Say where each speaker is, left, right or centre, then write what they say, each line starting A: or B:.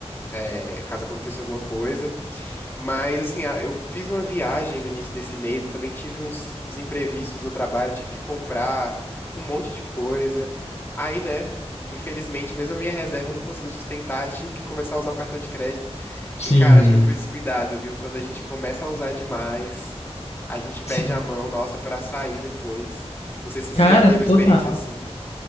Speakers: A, on the left; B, on the left.
A: é, caso acontecesse alguma coisa. Mas assim, a- eu fiz uma viagem no início desse mês, eu também tive uns, uns imprevistos no trabalho, tive que comprar um monte de coisa. Aí, né? Infelizmente, mesmo a minha reserva não conseguiu sustentar, tive que começar a usar o cartão de crédito.
B: Sim,
A: E, cara, acho que eu fui descuidado, viu? Quando a gente começa a usar demais, a gente perde
B: sim.
A: a mão, nossa, pra sair depois. Não sei se
B: Cara,
A: você já teve
B: total
A: uma experiência assim.